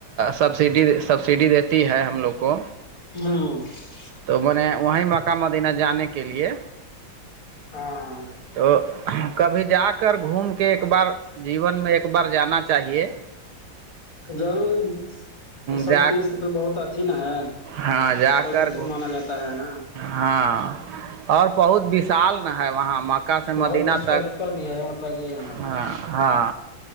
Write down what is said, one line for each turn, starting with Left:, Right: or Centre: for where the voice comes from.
Right: سبسڈی سبسڈی دیتی ہے ہم لوگ کو
Left: ہاں
Right: تو میں نے وہیں مکہ مدینہ جانے کے لیے
Left: ہاں ہاں
Right: تو کبھی جا کر گھوم کے ایک بار جیون میں ایک بار جانا چاہیے
Left: ضرور یہ سب
Right: جا
Left: تیز تو بہت آتی کن ہے
Right: ہاں جا
Left: پوتر
Right: کر
Left: مانا جاتا ہے نا
Right: ہاں اور بہت وشال ن ہے وہاں م مکا سے
Left: بہت
Right: مدینہ
Left: ہسٹوریکل
Right: تک
Left: بھی ہے مطلب کہ یہاں
Right: ہاں ہاں